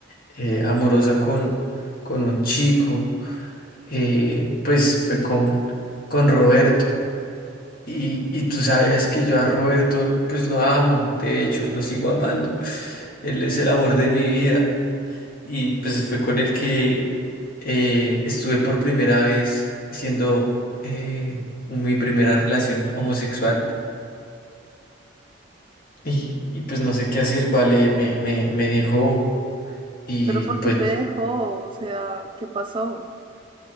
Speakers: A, on the left (about 45°); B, on the right (about 25°).
A: eh, amorosa con, con un chico, eh, pues fue con, con Roberto. Y, y tú sabías que yo a Roberto, pues lo amo, de hecho, lo sigo amando. Él es el amor de mi vida. Y pues fue con el que eh, estuve por primera vez siendo eh, mi primera relación homosexual. Y, y, pues no sé qué hacer, vale, me, me, me dejó. Y
B: ¿Pero por
A: pues
B: qué te dejó? O sea, ¿qué pasó?